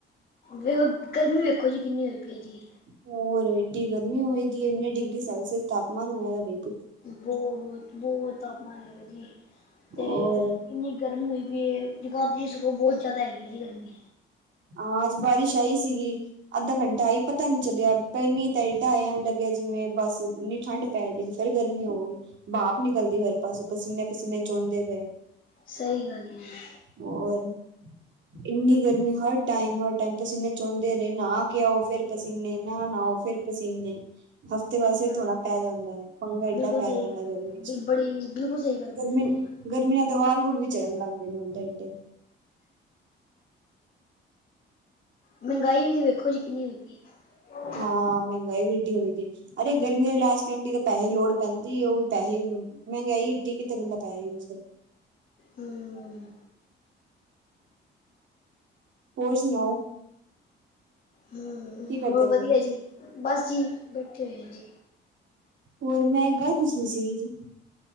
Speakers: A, on the left (about 45°); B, on the right (about 70°).
A: ਵੇਖੋ ਗਰਮੀ ਵੇਖੋ ਜੀ ਕਿੰਨੀ ਹੋਈ ਪਈ ਏ ਜੀ।
B: ਹੋਰ ਏਡੀ ਗਰਮੀ ਹੋਏ ਦੀ ਏ, ਉਨੀਂ ਡਿਗਰੀ ਸੈਲਸੀਅਸ ਤਾਪਮਾਨ ਹੋਯਾ ਦਾ ਈ।
A: ਬੋਤ-ਬੋਤ ਤਾਪਮਾਨ ਹੈਗਾ ਜੀ ਤੇ
B: ਔਰ
A: ਇੰਨੀ ਗਰਮੀ ਹੋਈ ਪਈ ਏ। ਜਗਾਧਰੀ ਸਗੋ ਬਹੁਤ ਜ਼ਿਆਦਾ ਹੈਗੀ ਜੀ ਗਰਮੀ।
B: ਆਂ ਅੱਜ ਬਾਰਿਸ਼ ਆਈ ਸੀਗੀ। ਅੱਧਾ ਘੰਟਾ ਆਈ ਪਤਾ ਈ ਨੀ ਚੱਲਿਆ ਪਰ ਮੀਂ ਤਾਂ ਏਡਾ ਆਯਾ ਐਂਵ ਲੱਗਿਆ ਜਿਵੇਂ ਬਸ ਨੀ ਠੰਡ ਪੈ ਜੇਗੀ, ਫਿਰ ਗਰਮੀ ਹੋਗੀ। ਭਾਪ ਨਿਕਲਦੀ ਹਰੇ ਪਾਸੇ ਪਸੀਨੇ -ਪਸੀਨੇ ਚੋਂਦੇ ਬਏਨ।
A: ਸਈ ਗੱਲ ਈ ਏ।
B: ਹੋਰ ਇੰਨੀ ਗਰਮੀ ਹਰ ਟਾਈਮ-ਹਰ ਟਾਈਮ ਪਸੀਨੇ ਚੋਂਦੇ ਰਹੇ ਨਾ ਇਓ ਫੇਰ ਪਸੀਨੇ ਨਾ ਨਾਓ ਫੇਰ ਪਸੀਨੇ। ਹਫ਼ਤੇ ਬਾਦ ਸਿਰ ਧੋਣਾ
A: ਜੀ।
B: ਪੈ ਜਾਂਦਾ ਐ ਪੰਗਾ
A: ਬਿਲਕੁਲ
B: ਏਡਾ ਪੈ
A: ਸਹੀ
B: ਜਾਂਦਾ
A: ਗੱਲ
B: ਗਰਮੀ ਚ
A: ਬੜੀ ਬਿਲਕੁਲ ਸਹੀ ਗੱਲ ਕੀਤੀ
B: ਗਰਮੀ।
A: ਹੈ।
B: ਗਰਮੀ ਨਾਲ ਤਾਂ ਵਾਲ ਵੁਲ ਵੀ ਝੜਨ ਲੱਗ ਗਏ ਨੇ ਹੁਣ ਤੇ ਏਡੇ।
A: ਮਹਿੰਗਾਈ ਵੀ ਤੇ ਵੇਖੋ ਜੀ ਕਿੰਨੀ ਹੋਈ ਪਈ ਏ।
B: ਹਾਂ ਮਹਿੰਗਾਈ ਵੀ ਐਡੀ ਹੋਈ ਦੀ ਅਰੇ ਗਰਮੀ ਦਾ ਇਲਾਜ ਕਰਨ ਦੀ ਤਾਂ ਪੈਸੇ ਲੋੜ ਪੈਂਦੀ ਓ ਵੀ ਪੈਸੇ। ਮਹਿੰਗਾਈ ਏਡੀ ਕਿੱਥੇ ਬੰਦਾ ਪੈਸੇ ਯੂਜ਼ ਕਰੇ।
A: ਹੂੰ
B: ਹੋਰ ਸੁਣਾਓ?
A: ਹੂੰ,
B: ਕੀ ਕਰਦੇ
A: ਹੋਰ ਵਧੀਆ
B: ਪਏ ਹੋ
A: ਜੀ ਬਸ ਜੀ ਬੈਠੇ ਹੋਏ ਆ ਜੀ।
B: ਹੋਰ ਮੈਂ ਇੱਕ ਗੱਲ ਪੁੱਛਣੀ ਸੀਗੀ ਜੀ।